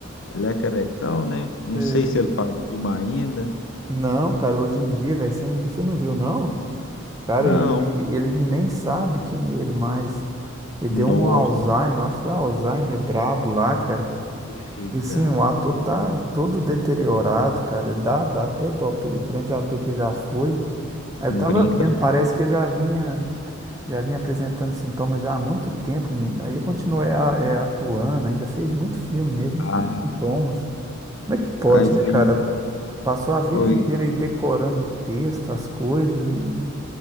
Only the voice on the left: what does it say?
ele é carecão, né? Não
sei se ele faz filme ainda.
Não.
Nossa,
eita.
Não
brinca,
não.
Ah,
mas
aí.
Oi.